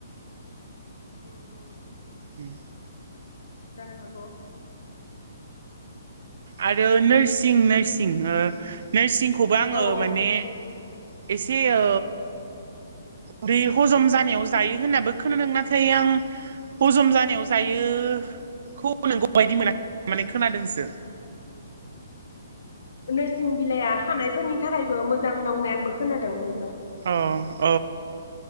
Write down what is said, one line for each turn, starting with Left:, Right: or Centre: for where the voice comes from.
Left: <inaudible>
Right: उम
Left: जानो‌ हागौ
Right: आरो नोर्सिं नोरसिं नोर्सिंखौबो आङो
Left: औ औ
Right: माने एसे आ उदै हजम जानायाव जायो होननाबो खोनादों नाथाय आं हजम जानायाव जायोखौ नोंगौ बायदि मोनाखै माने खोनादोंसो
Left: <inaudible> नोरसिं बिलाइया हानायफोरनि थाखायबो मोजां नंनाय आंबो खोनादों नोंथां
Right: अ